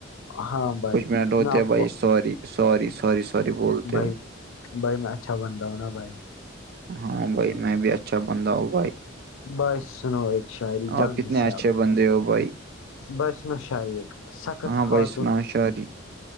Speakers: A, on the left (about 80°); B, on the right (about 50°).
A: ہاں بھائی
B: کچھ منٹ ہوتے
A: میں آپ
B: ہیں بھائی
A: کو
B: ساری ساری ساری سوری بولتے
A: بھائی
B: ہو <unintelligible>
A: بھائی میں اچھا بنند ہوں نا بھائی
B: ہاں بھائی میں بھی اچھا بندہ ہوں بھائی
A: بس سنو ایک شاعری جلدی
B: آپ کتنے
A: سے
B: اچھے
A: آپ
B: بندے ہو بھائی
A: بسم شاریک سخت
B: ہاں بھائی
A: حاتون
B: سناؤ شاعری